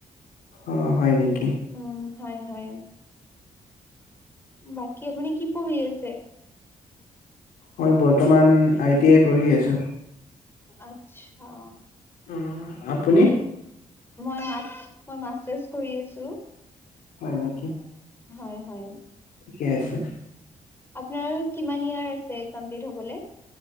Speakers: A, on the left; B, on the left.
A: অহ, হয় নেকি।
B: উম, হয় হয়। বাকী আপুনি কি পঢ়ি আছে?
A: মই বৰ্তমান আই টি আই পঢ়ি আছো।
B: আচ্ছা।
A: উম, আপুনি।
B: মই মাচ মই মাষ্টাৰ্ছ কৰি আছো।
A: হয় নেকি।
B: হয়, হয়।
A: কেফে।
B: আপনাৰ কিমান ইয়াৰ আছে কমপ্লিট হ'বলে?